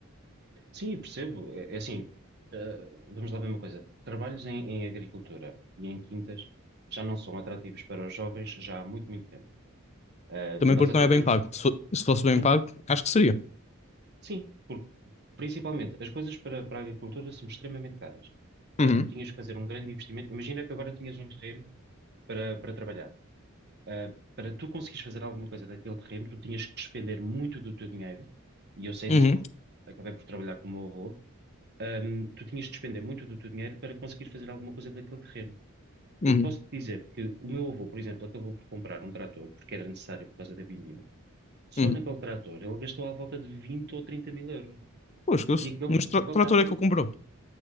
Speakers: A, on the right; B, on the left.
A: Sim, eu percebo. É, é assim, eh, vamos lá ver uma coisa. Trabalhos em, em agricultura e em quintas já não são atrativos para os jovens já há muito, muito tempo. Eh, nós
B: Também porque
A: até
B: não é
A: temos,
B: bem pago. Se fo- se fosse bem
A: sim,
B: pago, acho que seria.
A: sim, porque principalmente as coisas para, para a agricultura são extremamente caras. Portanto,
B: Uhum,
A: tu tinhas que fazer um grande investimento. Imagina que agora tinhas um terreno para, para trabalhar. Eh, para tu conseguires fazer alguma coisa daquele terreno, tu tinhas que despender muito do teu dinheiro, e eu sei
B: Uhum,
A: disso porque acabei por trabalhar com o meu avô, hum, tu tinhas de despender muito do teu dinheiro para conseguir fazer alguma coisa daquele terreno.
B: uhum,
A: Eu posso te dizer que o meu avô, por exemplo, acabou por comprar um trator porque era necessário por causa da vindima. Só
B: uhum.
A: naquele trator ele gastou à volta de 20 ou 30 mil euros.
B: Pô, esquece.
A: E aquele,
B: Mas
A: e
B: tra
A: aquele
B: trator
A: trator,
B: é que ele comprou.